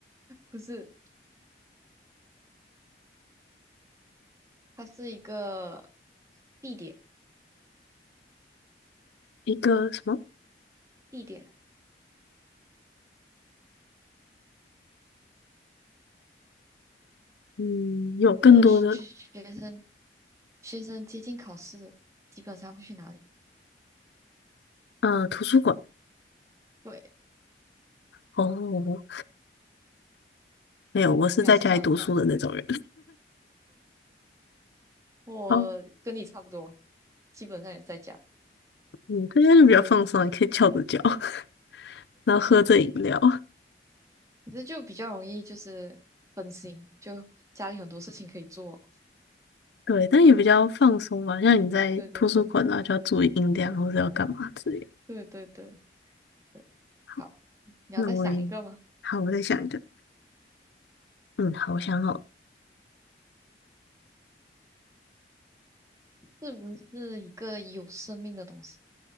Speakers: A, on the right; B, on the left.
A: 不是，它是一个地点，
B: 一个什么
A: 地点
B: 嗯有更多的
A: 就学学生学生接近考试，基本上会去哪里？
B: 呃图书馆
A: 对，
B: 哦，没有，我是在家里读书的那种人。
A: 你还是算很快，我跟你差不多，
B: 好，
A: 基本上也是在家，
B: 嗯，在家就比较放松啊，也可以翘着脚，<laughs> 然后喝着饮料，
A: 可是就比较容易就是分心，就家里很多事情可以做。
B: 对，但也比较放松吧。像你在图书馆啊，
A: 对对对
B: 就要注意音量或者要干嘛之类的。
A: 对对对对，
B: 好，
A: 好，你要再想一个吗？
B: 那我也好，我再想一个。嗯，好，我想好了
A: 是不是一个有生命的东西？